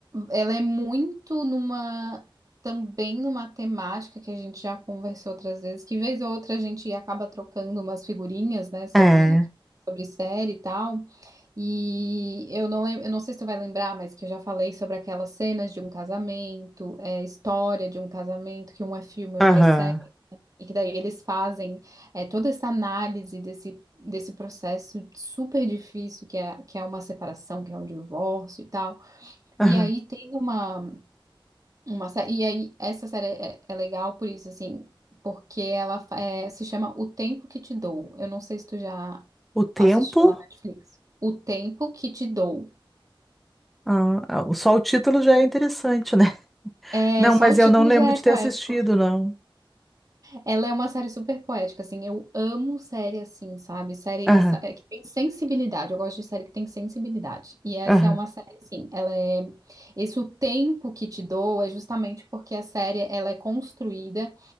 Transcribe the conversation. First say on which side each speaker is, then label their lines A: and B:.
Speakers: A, on the right; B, in the centre.
A: ela é muito numa também numa temática que a gente já conversou outras vezes, que vez ou outra a gente acaba trocando umas figurinhas, né, sobre
B: É.
A: sobre série e tal. E eu não lembro, eu não sei se tu vai lembrar, mas que eu já falei sobre aquelas cenas de um casamento, é, história de um casamento, que um é filme,
B: Aham.
A: outro é série, e que daí eles fazem é, toda essa análise desse desse processo super difícil que é que é uma separação, que é um divórcio e tal.
B: Aham.
A: E aí tem uma, uma série, e aí essa série é, é legal por isso, assim, porque ela fa- é, se chama O Tempo que Te Dou. Eu não sei se tu já
B: O tempo.
A: assistiu na Netflix. O Tempo que Te Dou.
B: Ah, ah, só o título já é interessante, né? <laughs>
A: É,
B: Não,
A: só
B: mas
A: o título
B: eu não lembro
A: já é
B: de
A: poético.
B: ter assistido, não.
A: Ela é uma série super poética, assim, eu amo série assim, sabe? Série
B: Aham,
A: sa- é, que tem sensibilidade, eu gosto de série que tem sensibilidade. E essa
B: aham.
A: é uma série, assim, ela é... Esse O Tempo que Te Dou é justamente porque a série, ela é construída